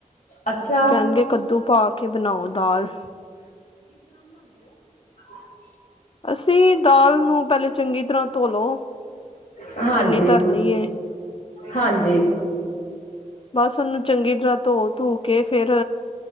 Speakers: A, on the left (about 75°); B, on the left (about 40°).
A: ਅੱਛਾ
B: ਕਹਿਣਗੇ ਕੱਦੂ ਪਾ ਕੇ ਬਣਾਓ ਦਾਲ
A: ਹਾਂ
B: ਅਸੀਂ ਦਾਲ ਨੂੰ ਪਹਿਲੇ ਚੰਗੀ ਤਰ੍ਹਾਂ ਧੋਲੋ
A: ਹਾਂਜੀ
B: ਜਿੰਨੀ ਧਰਨੀ
A: ਹਾਂਜੀ
B: ਬਸ ਉਹਨੂੰ ਚੰਗੀ ਤਰ੍ਹਾਂ ਧੋ ਧੋ ਕੇ ਫੇਿਰ